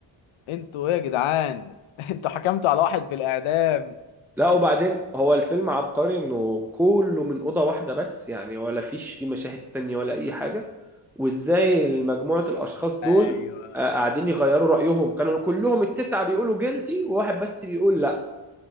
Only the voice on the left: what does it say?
انتوا ايه يا جدعان <laughs> انتوا حكمتوا على واحد بالاعدام
ايوه